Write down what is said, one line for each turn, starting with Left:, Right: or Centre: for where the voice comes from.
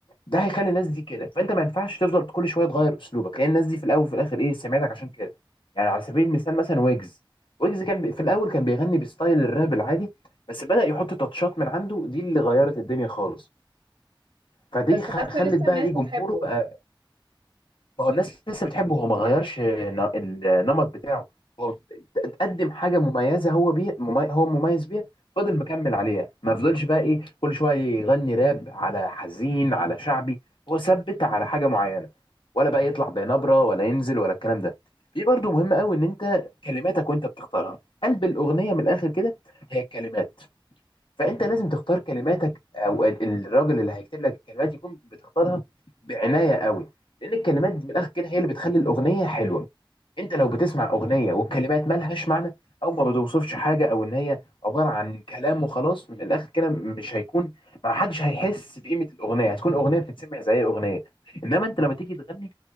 Left: ده هيخلي الناس دي كده فانت ما ينفعش تفضل كل شويه تغير اسلوبك لان الناس دي في الاول وفي الاخر ايه سمعتك عشان كده يعني على سبيل المثال مثلا ويجز ويجز كان بي- في الاول كان بيغني بستايل الراب العادي بس بدأ يحط تاتشات من عنده دي اللي غيرت الدنيا خالص فدي
Right: بس
Left: خ-
Right: حاسه
Left: خلت
Right: لسه
Left: بقى
Right: الناس
Left: ايه جمهوره
Right: بتحبه
Left: بقى ما هو الناس لسه بتحبه هو ما غيرش ن- النمط بتاعه هو قدم حاجه مميزه هو بيه ممي... هو مميز بيها فضل مكمل عليها ما فضلش بقى ايه كل شويه يغني راب على حزين على شعبي هو ثبت على حاجه معينه ولا بقى يطلع بنبره ولا ينزل ولا الكلام ده في برضو مهم قوي ان انت كلماتك وانت بتختارها قلب الاغنيه من الاخر كده هي الكلمات فانت لازم تختار كلماتك او ال- الراجل اللي هيكتب لك الكلمات يكون بتختارها بعنايه قوي لان الكلمات من الاخر كده هي اللي بتخلي الاغنيه حلوه انت لو بتسمع اغنيه والكلمات مالهاش معنى او ما بتوصفش حاجه او ان هي عباره عن كلام وخلاص من الاخر كده مش هيكون ما حدش هيحس بقيمه الاغنيه هتكون اغنيه بتتسمع زي اغنيه انما انت لما تيجي تغني